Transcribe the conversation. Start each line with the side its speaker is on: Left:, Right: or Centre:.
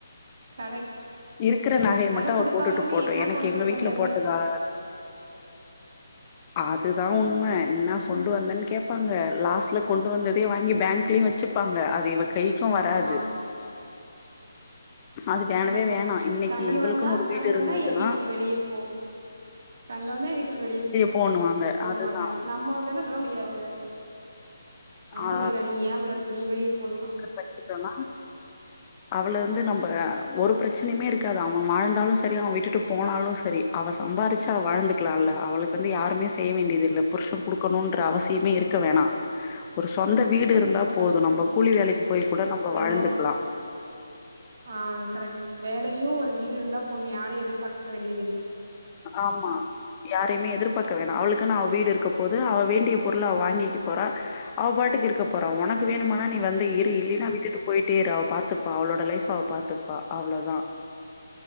Right: கரெக்ட்
Left: இருக்கிற நகைய
Right: நக
Left: மட்டு அவ
Right: குடுத்தாலுமே
Left: போட்டுட்டு போட்டு
Right: என்னா
Left: எனக்கு
Right: கொண்டு
Left: எங்க வீட்ல
Right: வந்தேன்தா
Left: போட்டதா
Right: <inaudible>
Left: அது தா உண்ம என்ன கொண்டு வந்தேன்னு கேட்பாங்க லாஸ்ட்ல கொண்டு வந்ததே வாங்கி பேங்க்லேயு வச்சு வைப்பாங்க அது இவ கைக்கு வராது
Right: ஆமா
Left: அது
Right: அது
Left: வேணவே
Right: உண்ம தா
Left: வேணாம். இன்னைக்கு
Right: சண்டன்
Left: இவளுக்குன்னு
Right: வந்தா
Left: ஒரு
Right: சண்டன்
Left: வீடு இருந்ததுன்னா,
Right: வந்தா எ வீட்ட விட்டு வெளியே போ சண்ட வந்தா வீட்ட விட்டு வெளிய
Left: போண்ணுவாங்க.
Right: போண்ணுவாங்க
Left: அதுதான்.
Right: நம்ம அப்டிலா சொல்ல முடியாது நம்ம
Left: ஆ
Right: சொல்லிலா நீ ஏ விடா இருக்கு நீ வெளியே போன்லா
Left: படிச்சிட்டோனா அவள வந்து நம்ம ஒரு பிரச்சனையுமே இருக்காது அவ வாழ்ந்தாலு செரி அவ விட்டுட்டு போனாலு செரி அவ சம்பாரிச்சா அவ வாழ்ந்துக்கலா இல்ல அவளுக்கு வந்து யாருமே செய்ய வேண்டியது இல்ல புருஷ கொடுக்கணும்ன்ற அவசியமே இருக்க வேணா ஒரு சொந்த வீடு
Right: கண்டிப்பா
Left: இருந்தா போது
Right: சிஸ்டர்
Left: நம்ம கூலி வேலைக்கு போய் கூட நம்ம
Right: கண்டிப்பா
Left: வாழ்ந்துக்குலா
Right: ஆ கரெக்ட் வேலையு ஒரு வீடு இருந்தா போது யாரையு எதிர்பார்க்க வேண்டியது இல்ல
Left: ஆமா யாரையுமே எதிர்பார்க்க வேணா அவளுக்குனு அவ வீடு இருக்க போது அவ வேண்டிய பொருள அவ வாங்கிக்க போறா அவ பாட்டுக்கு இருக்க போற உனக்கு
Right: ம்
Left: வேணுமனா நீ வந்த இரு இல்லின்னா விட்டிட்டு போ போய்ட்டே இரு அவ பாத்துப்பா அவளோட லைஃப் அவ பாத்துப்பா அவ்ளதா